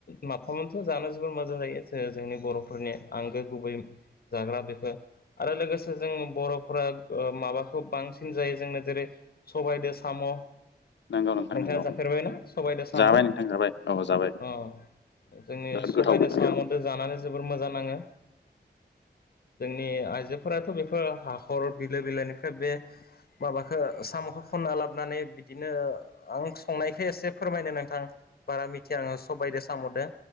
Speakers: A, on the left; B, on the left.
A: माफामाथ जानो जोबोर मोजां जायो ज जोंनि बरफोरनि आंगो गुबै जाग्रा आरो लोगोसे जों बरफोरा माबाखौ बांसिन जायो जों जेरै सबायाइदो साम नोंथाङा
B: नंगौ नोंथां नंगौ
A: जाफेरबायनाा सबायदो साम
B: जाबाय नोंथां जाबाय औ जाबाय
A: अ जोंनि
B: बिराद
A: सबायाइजों
B: गोथाव ओंख्रि
A: सामद
B: औ
A: जानानै जोबोर मोजां नाङो जोंनि आइजोफोराथ बेफोर हाखर बिलो बिलोनिफ्राय बे माबाखौ सामखौ खनना लाबोनानै बिदिनो आं संनायखौ एसे फोरमायनो नोंथां बारा मिथिया आङो सबाइदो साम''दो